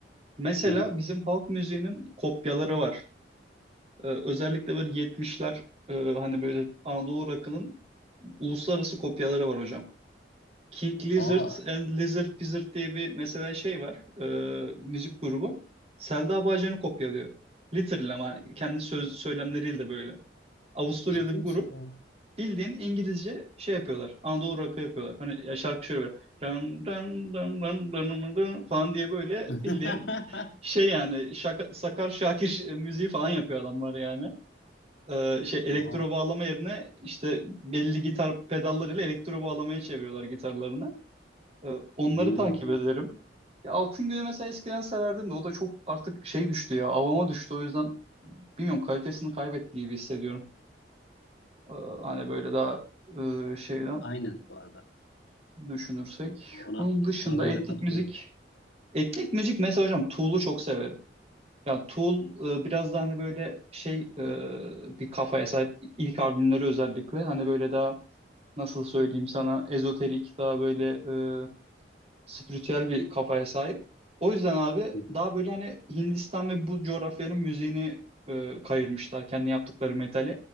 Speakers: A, on the right; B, on the left.
A: Mesela
B: Hı hı.
A: bizim halk müziğinin kopyaları var. E, özellikle böyle 70'ler e, hani böyle Anadolu rock'ının uluslararası kopyaları var hocam. King Lizard
B: Aa,
A: and Lizard Wizard diye bir mesela şey var. e, müzik grubu. Selda Bağcan'ı kopyalıyor. Literally ama kendi söz, söylemleriyle de böyle. Avusturyalı
B: ciddi
A: bir
B: misin
A: grup.
B: ya?
A: Bildiğin İngilizce şey yapıyorlar. Anadolu rock'ı yapıyorlar. Hani ya şarkı şöyle böyle. Dın dın dın dın dın dın dın falan diye böyle
B: <laughs>
A: bildiğin şey yani şaka, Sakar Şakir ş- e, müziği falan yapıyor adamlar yani. Ee, şey
B: Oha.
A: elektro bağlama yerine işte belli gitar pedallarıyla elektro bağlamaya çeviriyorlar gitarlarını. Ee, onları
B: Hmm.
A: takip ederim. Ya Altın Günü mesela eskiden severdim de o da çok artık şey düştü ya avama düştü o yüzden bilmiyorum kalitesini kaybettiği gibi hissediyorum. Ee, hani böyle daha e, şeyden
B: Aynen bu arada.
A: düşünürsek.
B: Ona
A: Onun dışında
B: ona ben
A: etnik
B: de katılıyorum.
A: müzik. Etnik müzik mesela hocam Tool'u çok severim. Ya Tool e, biraz da hani böyle şey e, bir kafaya sahip ilk albümleri özellikle hani böyle daha nasıl söyleyeyim sana ezoterik daha böyle e, spiritüel bir kafaya sahip. O yüzden abi
B: Hı hı.
A: daha böyle hani Hindistan ve bu coğrafyanın müziğini e, kayırmışlar kendi yaptıkları metali.